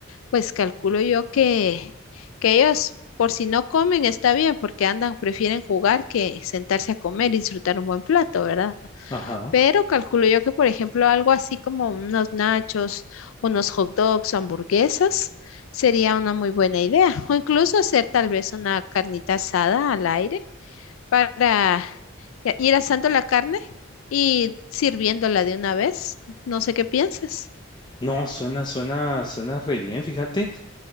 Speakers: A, on the left; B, on the left.
A: Pues calculo yo que, que ellos, por si no comen, está bien, porque andan, prefieren jugar que sentarse a comer y disfrutar un buen plato, ¿verdad?
B: Ajá.
A: Pero calculo yo que, por ejemplo, algo así como unos nachos, unos hot dogs, o hamburguesas, sería una muy buena idea. O incluso hacer tal vez una carnita asada al aire para ya ir asando la carne y sirviéndola de una vez. No sé qué piensas.
B: No, suena, suena, suena re bien, fíjate.